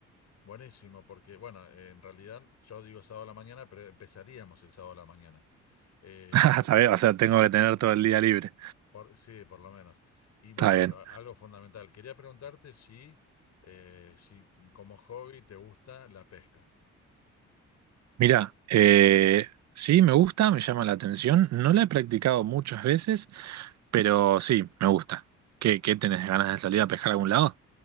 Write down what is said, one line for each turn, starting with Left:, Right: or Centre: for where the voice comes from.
Left: Buenísimo, porque bueno, eh, en realidad yo digo sábado a la mañana, pero empezaríamos el sábado a la mañana. Eh,
Right: <laughs>
Left: y
Right: Está
Left: bueno,
Right: bien, o sea, tengo que tener todo el día libre.
Left: Por- sí, por lo menos. Y bueno,
Right: Está bien.
Left: a- algo fundamental. Quería preguntarte si, eh, si como hobby te gusta la pesca.
Right: Mira, eh, sí, me gusta, me llama la atención. No la he practicado muchas veces, pero sí, me gusta. ¿Qué, qué tenés ganas de salir a pescar a algún lado?